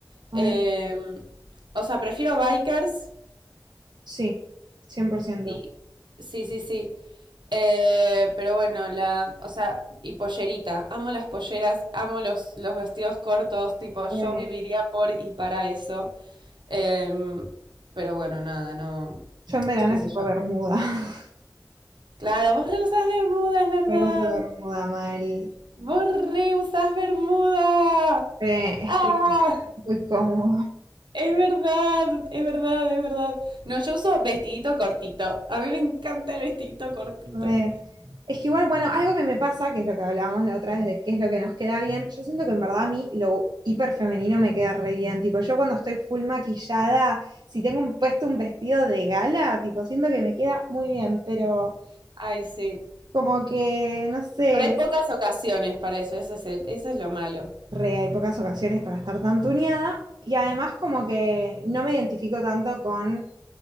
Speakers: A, on the right; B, on the right.
A: a
B: Eh,
A: ver,
B: o sea, prefiero bikers.
A: sí, 100%.
B: Y. Sí, sí, sí. Eh, pero bueno, la. O sea, y pollerita. Amo las polleras, amo los, los vestidos cortos. Tipo, yo
A: Re-
B: viviría por y para eso. Eh, pero bueno, nada, no.
A: yo en verano
B: ¿Qué
A: es
B: sé
A: tipo
B: yo?
A: Bermuda. <laughs>
B: Claro, vos rehusás Bermuda, es verdad.
A: Me gusta Bermuda, Mael.
B: Borré usas bermuda.
A: Re- es
B: Ah,
A: que muy cómodo.
B: es verdad, es verdad, es verdad. No, yo uso vestidito cortito. A mí me encanta el vestidito cortito.
A: Re. Es que igual, bueno, algo que me pasa, que es lo que hablábamos la otra vez de qué es lo que nos queda bien, yo siento que en verdad a mí lo hiper femenino me queda re bien. Tipo, yo cuando estoy full maquillada, si tengo un- puesto un vestido de gala, tipo, siento que me queda muy bien, pero
B: Ay, sí.
A: como que, no sé,
B: Pero hay pocas ocasiones para eso, ese es el, ese es lo malo.
A: re, hay pocas ocasiones para estar tan tuneada. Y además como que no me identifico tanto con,